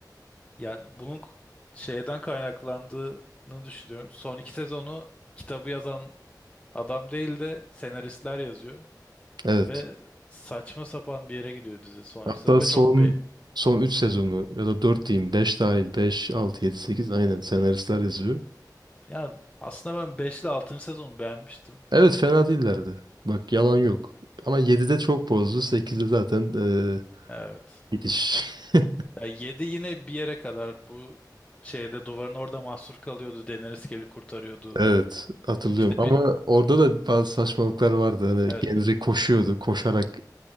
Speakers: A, on the left (about 15°); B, on the right (about 75°).
A: yani bunun k- şeyden kaynaklandığını düşünüyorum. Son iki sezonu kitabı yazan adam değil de senaristler yazıyor.
B: evet.
A: Ve saçma sapan bir yere gidiyor dizi son
B: Hatta
A: iki sezonu. Ve
B: son
A: çok be
B: son 3 sezonu ya da 4 diyeyim 5 dahil 5 6 7 8 aynen senaristler yazıyor.
A: yani aslında ben 5 ile 6. sezonu beğenmiştim.
B: Evet fena değillerdi. Bak yalan yok. Ama 7'de çok bozdu. 8'de zaten eee
A: Evet.
B: bitiş. <laughs>
A: Ya 7 yine bir yere kadar bu şeyde duvarın orada mahsur kalıyordu. Daenerys gelip kurtarıyordu.
B: Evet hatırlıyorum.
A: İşte
B: Ama
A: bir
B: orada da bazı saçmalıklar vardı. Hani
A: evet
B: Gendry koşuyordu koşarak.